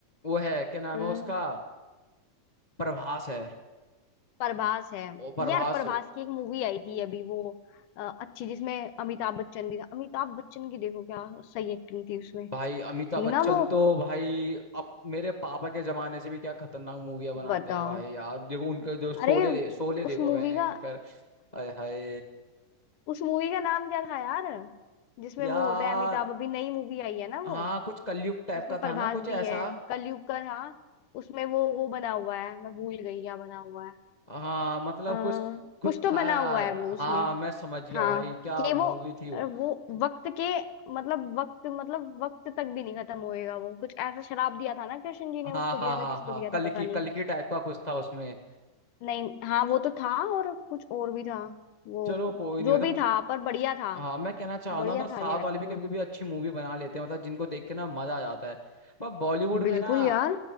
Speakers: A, on the left; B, on the left.
A: वो है क्या नाम
B: हम्म,
A: है उसका प्रभास है
B: प्रभास है
A: ओ प्रभास
B: यार प्रभास
A: हो गया।
B: की एक मूवी आई थी अभी वो अ, अच्छी जिसमें अमिताभ बच्चन भी था अमिताभ बच्चन की देखो क्या सही एक्टिंग थी उसमें
A: भाई अमिताभ
B: थी
A: बच्चन
B: ना वो
A: तो भाई अब मेरे पापा के जमाने से भी क्या खतरनाक मूवियां बनाते
B: बताओ
A: हैं भाई यार देखो उनके जो शोले
B: अरे
A: दे, शोले देखो
B: उस मूवी
A: भयंकर
B: का
A: हाय हाय
B: उस मूवी का नाम क्या था यार जिसमें
A: यार
B: वो होता है अमिताभ अभी नई मूवी आई है ना वो
A: हाँ कुछ कलयुग टाइप
B: जिसमें
A: का
B: प्रभास
A: था ना कुछ ऐसा
B: भी है कलयुग का था उसमें वो वो बना हुआ है मैं भूल गई क्या बना हुआ है
A: हाँ मतलब
B: अ,
A: कुछ कुछ
B: कुछ तो
A: था
B: बना
A: यार
B: हुआ है वो उसमें
A: हाँ मैं समझ गया
B: हाँ
A: भाई क्या
B: कि
A: मूवी
B: वो
A: थी वो
B: वो वक्त के मतलब वक्त मतलब वक्त तक भी नहीं खत्म होएगा वो कुछ ऐसा शराब दिया था ना कृष्ण जी ने उसको
A: हाँ हाँ
B: दिया था
A: हाँ
B: किसको
A: हाँ
B: दिया था
A: कल
B: पता
A: की
B: नहीं
A: कल की टाइप का कुछ था उसमें
B: नहीं हाँ वो तो था और कुछ और भी था वो
A: चलो कोई
B: जो
A: नहीं मतलब
B: भी था पर बढ़िया था
A: हाँ मैं कहना चाह रहा
B: बढ़िया
A: ना मतलब साउथ
B: था कैरेक्टर
A: वाले भी कभी कभी अच्छी मूवी बना लेते हैं मतलब जिनको देख के ना मजा आ जाता है पर बॉलीवुड में
B: बिल्कुल
A: ना
B: यार